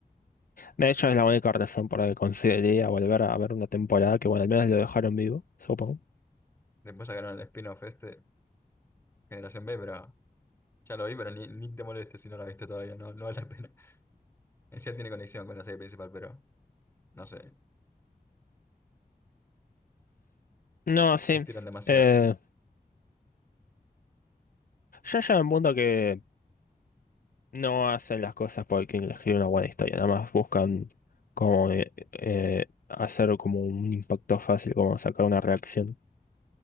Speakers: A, on the left; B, on the left.
A: De hecho, es la única razón por la que consideraría volver a ver una temporada que, bueno, al menos lo dejaron vivo, supongo.
B: Después sacaron el spin-off este, Generación B, pero. Ya lo vi, pero ni, ni te molestes si no la viste todavía, no, no vale la pena. En Sí tiene conexión con la serie principal, pero no sé,
A: No, sí.
B: estiran demasiado.
A: Eh, ya llega un punto que no hacen las cosas porque escribe una buena historia. Nada más buscan como eh, eh, hacer como un impacto fácil, como sacar una reacción.